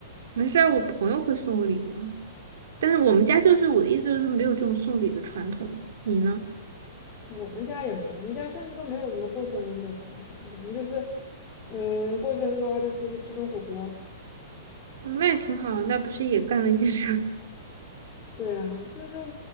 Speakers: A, on the right; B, on the left.
A: 没事儿，我朋友会送我礼物啊，但是我们家就是我的意思就是没有这种送礼的传统。你呢？
B: <laughs> 我们家也没有，我们家甚至都没有什么过生日的传统，反正就是，嗯，过生日的话就出去吃顿火锅。
A: 嗯，那也挺好啊，那不是也干了一件事儿？
B: 对啊，这就